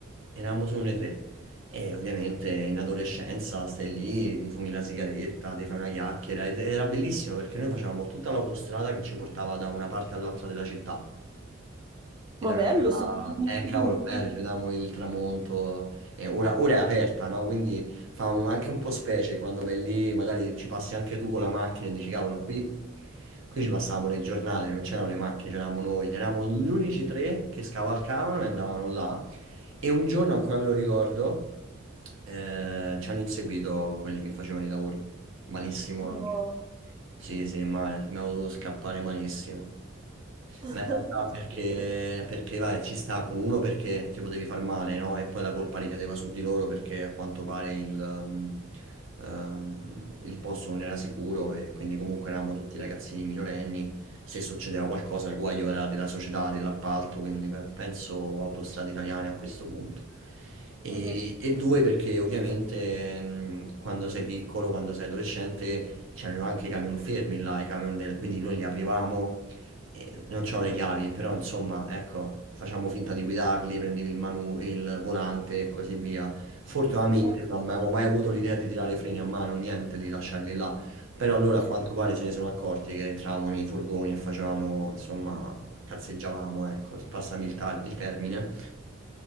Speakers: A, on the right (about 70°); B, on the right (about 20°).
A: eravamo solo noi tre. E ovviamente in adolescenza stai lì, ti fumi la sigaretta, ti fai una chiacchiera ed era bellissimo perché noi facevamo tutta l'autostrada che ci portava da una parte all'altra della città. Ed
B: Ma
A: era
B: bello,
A: una cosa,
B: sempre l'inizio
A: eh cavolo,
B: di un
A: bello,
B: film.
A: ci vedevamo il tramonto, eh, ora, ora è aperta, no? Quindi fa un- anche un po' specie quando vai lì, magari ci passi anche tu con la macchina e dici, cavolo, qui, qui ci passavamo le giornate, non c'erano le macchine, c'eravamo noi, eravamo gli unici tre che scavalcavano e andavano là, e un giorno, ancora me lo ricordo, eh, ci hanno inseguito quelli che facevano i lavori, malissimo
B: No.
A: anche, sì sì, male, abbiamo dovuto scappare malissimo.
B: <laughs>
A: Ma in realtà perché,
B: Sì.
A: perché, vai, ci sta con uno perché ti potevi far male, no? E poi la colpa ricadeva su di loro perché a quanto pare il, um, um, il posto non era sicuro e quindi comunque eravamo tutti ragazzini minorenni. Se succedeva qualcosa, il guaio era della società, dell'appalto, quindi pe- penso Autostrade Italiane a questo punto. E,
B: Ah-ah.
A: e due perché ovviamente mh, quando sei piccolo, quando sei adolescente, c'erano anche i camion fermi là, i camion del... quindi noi li aprivamo e non c'ho le chiavi, però insomma, ecco, facciamo finta di guidarli, prendevi il manu, il volante e così via. Fortunatamente
B: Le chiavi
A: non abbiamo mai avuto l'idea di tirare i freni a mano, niente, di lasciarli là. Però allora a quanto pare se ne sono accorti che entravamo nei furgoni e facevamo, insomma, cazzeggiavamo, ecco, passami il, tar- il termine.